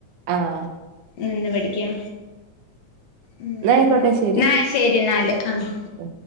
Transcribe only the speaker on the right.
ആഹ്
എന്നാ ആയിക്കോട്ടെ ശരി
ഉം